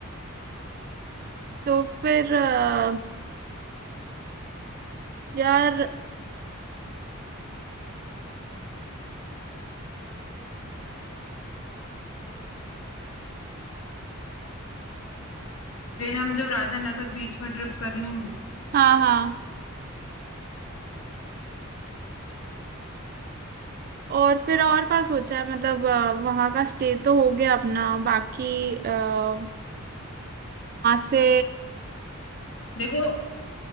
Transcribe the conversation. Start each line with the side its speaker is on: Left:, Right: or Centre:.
Right: तो फिर अ, यार
Left: फिर हम जब राधानगर बीच में ट्रिप कर लेंगे
Right: हाँ हाँ और फिर और का सोचा है मतलब अ, वहाँ का स्टे तो हो गया अपना बाकी अ, वहाँ से
Left: देखो